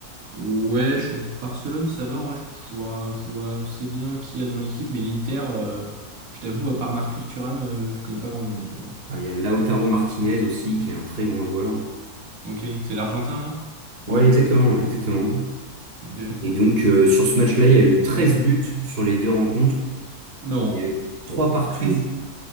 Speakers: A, on the right; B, on the right.
A: Ouais, je- Barcelone, ça va, en vrai, je, je vois, je vois assez bien qui y a dans l'équipe, mais l'Inter, euh, je t'avoue, à part Marcus Thuram, euh, je connais pas grand monde, tu vois.
B: Ah, il y a Lautaro Martinez aussi, qui est un très grand joueur.
A: Ok, c'est l'Argentin, là?
B: Ouais, exactement, exactement.
A: Ok.
B: Et donc, euh, sur ce match-là, il y a eu 13 buts sur les deux rencontres.
A: Non.
B: Il y a eu 3 partout,
A: Treize-